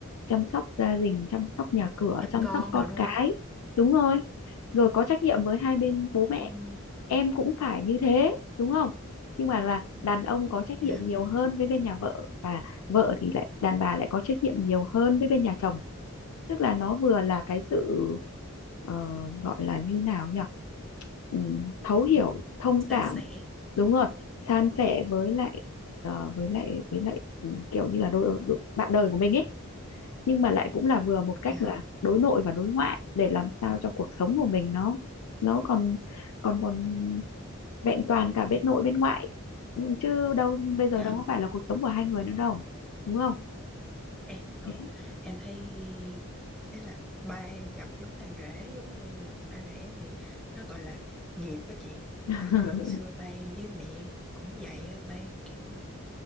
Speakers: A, on the left (about 80°); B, in the centre.
A: chăm sóc gia đình chăm sóc nhà cửa
B: chăm
A: chăm
B: con
A: sóc con
B: rồi đúng
A: cái
B: không
A: đúng rồi rồi có trách nhiệm với hai bên bố mẹ
B: ừ
A: em cũng phải như thế đúng không nhưng mà là đàn ông có trách
B: dạ
A: nhiệm nhiều hơn với bên nhà vợ và vợ thì lại đàn bà lại có trách nhiệm nhiều hơn với bên nhà chồng tức là nó vừa là cái sự ờ, gọi là như nào nhỉ Ừm, thấu hiểu thông
B: san
A: cảm
B: sẻ
A: đúng rồi san sẻ với lại ờ, với lại với lại ừm, kiểu như là đôi, đôi, bạn đời của mình ấy nhưng mà lại cũng là vừa một cách
B: dạ
A: là đối nội và đối ngoại để làm sao cho cuộc sống của mình nó nó còn còn còn vẹn toàn cả bên nội bên ngoại Ừm, chứ đâu bây giờ
B: dạ
A: đâu có phải là cuộc sống của hai người nữa đâu đúng không
B: em ờ,
A: Thế.
B: em thấy ý là ba em gặp giống thằng rể giống như anh rể thì nó gọi là nghiệp á chị
A: <laughs>
B: tại vì hồi xưa ba em với mẹ em cũng vậy á ba em kiểu